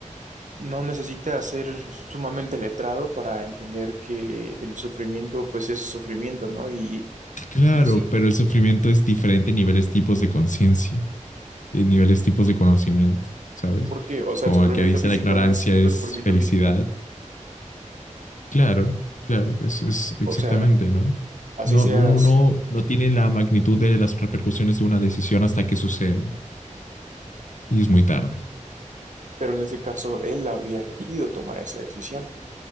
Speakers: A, on the right; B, on the left.
A: no necesita ser sumamente letrado para entender que el sufrimiento, pues es sufrimiento, ¿no? Y,
B: Claro,
A: y sí,
B: pero el sufrimiento es diferente en niveles, tipos de conciencia. eh, niveles, tipos de conocimiento, ¿sabes?
A: porque, o sea,
B: Como
A: el sufrimiento
B: el que dice
A: físico
B: la ignorancia
A: no es siempre
B: es
A: sufrimiento
B: felicidad.
A: físico.
B: Claro, claro, es, es exactamente,
A: O sea,
B: ¿no?
A: así
B: No,
A: seas,
B: uno no, no tiene la magnitud de las repercusiones de una decisión hasta que sucede y es muy tarde.
A: pero en ese caso él habría elegido tomar esa decisión.